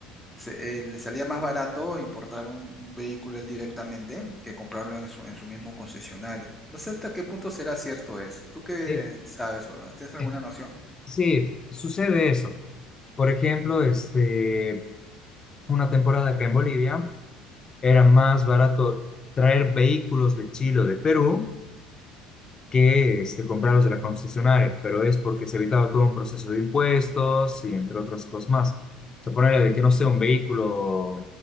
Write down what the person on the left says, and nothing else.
Eh,
eh,
sí, sucede eso. Por ejemplo, este, una temporada acá en Bolivia, era más barato traer vehículos de Chile o de Perú que este, comprarlos de la concesionaria, pero es porque se evitaba todo un proceso de impuestos y entre otras cosas más. O sea, de que no sea un vehículo.